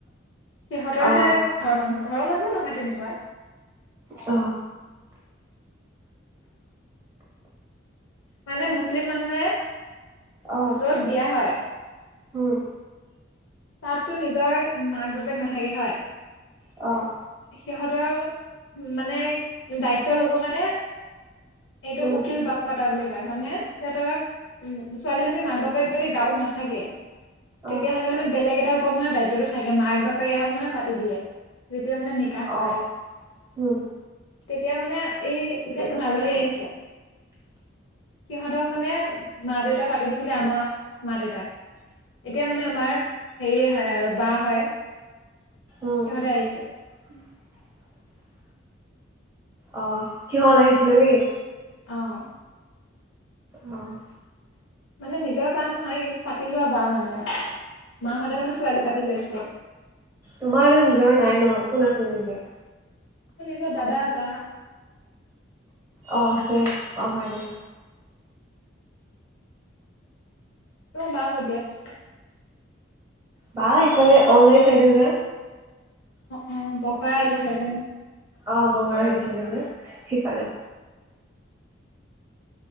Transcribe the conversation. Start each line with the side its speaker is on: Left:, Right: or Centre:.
Left: সিহঁতৰহে
Right: অ
Left: ঘৰৰ মানুহ, ঘৰৰ মানুহো নহয় তেনেকুৱা।
Right: অ'।
Left: মানে মুছলিম মানুহে,
Right: অ
Left: য'ত বিয়া হয়।
Right: উম
Left: তাততো নিজৰ মাক-বাপেক নাথাকে হয়।
Right: অ'।
Left: সিহঁতৰ মানে দায়িত্ব ল'বৰ কাৰণে, এইটো
Right: উম
Left: উকিল বাপ পাতা বুলি কয়, মানে সিহঁতৰ, উম, ছোৱালীজনীৰ মাক-বাপেক যদি গাঁৱত নাথাকে, তেতিয়াহলে
Right: অ
Left: মানে বেলেগ এটা ওপৰত মানে দায়িত্বটো থাকে, মাক-বাপেক এহাল মানে পাতি দিয়ে। যেতিয়া মানে নিক নিকাহ কৰে,
Right: অ উম
Left: তেতিয়া মানে এই, এতিয়া যোন আলহী আহিছে। <inaudible> সিহঁতক মানে মা-দেউতাক পাতি দিছিলে, আমাৰ মা-দেউতাক। এতিয়া মানে আমাৰ হেৰিয়ে হয়, আৰু, বা হয়,
Right: উম
Left: সিহঁতে আহিছে।
Right: <inaudible> অ', সিহঁত আহিছিলে নেকি?
Left: অ'।
Right: অ'।
Left: মানে নিজৰ বা নহয়, কিন্তু পাতি লোৱা বা মানে, মাহতে মানে ছোৱালী পাতি লৈছে।
Right: তোমাৰো নিজৰ নাই ন, কোন আছে নিজৰ?
Left: মোৰ, নিজৰ দাদা, বা।
Right: অ', আছে, অ', হয় দিয়া।
Left: তোমাৰ বা ক'ত বিয়া হৈছে?
Right: বা ইফালে অজাই চাইদে যে।
Left: অ', অ', বখৰা এইতো চাইডে ন।
Right: অ', বখৰা সেইতো চাইডে যে, সিফালে।